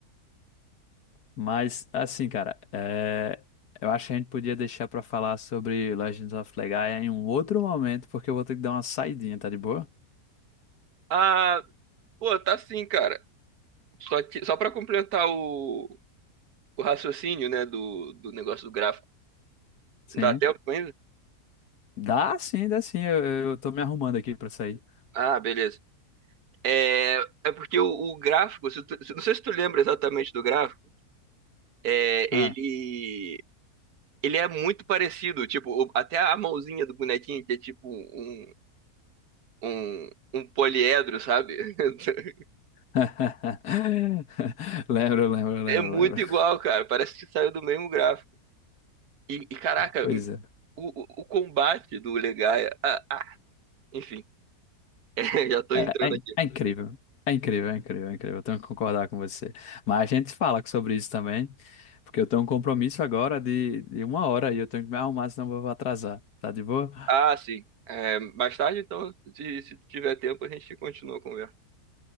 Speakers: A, on the left; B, on the right.
A: Mas, assim, cara, é, eu acho que a gente podia deixar pra falar sobre Legends of Legaia em um outro momento, porque eu vou ter que dar uma saidinha, tá de boa?
B: Ah, pô, tá assim, cara. Só que, só para completar o, o raciocínio, né, do, do negócio do gráfico.
A: Sim.
B: Dá tempo ainda?
A: Dá sim, dá sim. Eu, eu tô me arrumando aqui pra sair.
B: Ah, beleza. É, é porque o, o gráfico, se tu- se- não sei se tu lembra exatamente do gráfico, é,
A: Ah.
B: ele, ele é muito parecido, tipo, o- até a mãozinha do bonequinho, que é tipo um, um, um poliedro, sabe? <laughs>
A: <laughs> Lembro, lembro, lembro,
B: É muito
A: lembro.
B: igual, cara, parece que saiu do mesmo gráfico. E, e, caraca,
A: Pois é.
B: o, o o combate do Legaia, ah, ah, enfim, <laughs> é, já tô
A: É,
B: entrando
A: é in-
B: aqui.
A: é incrível. É incrível, é incrível, é incrível. Eu tenho que concordar com você. Mas a gente fala sobre isso também, porque eu tenho um compromisso agora de, de uma hora e eu tenho que me arrumar, senão eu vou atrasar. Tá de boa?
B: Ah, sim, É, mais tarde então, se, se tiver tempo, a gente continua a conversa.